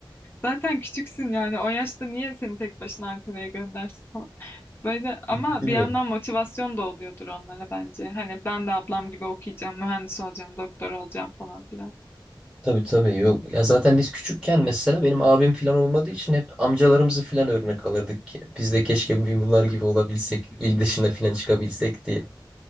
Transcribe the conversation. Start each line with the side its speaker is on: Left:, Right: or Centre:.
Left: Zaten küçüksün yani o yaşta niye seni tek başına Ankara'ya göndersin falan. Böyle ama
Centre: Değil
Left: bir
Centre: mi?
Left: yandan motivasyon da oluyordur onlara bence. Hani ben de ablam gibi okuyacağım, mühendis olacağım, doktor olacağım falan filan.
Centre: Tabii tabii yok. Ya zaten biz küçükken mesela benim abim falan olmadığı için hep amcalarımızı falan örnek alırdık. ki. Biz de keşke bir bunlar gibi olabilsek, il dışına falan çıkabilsek diye.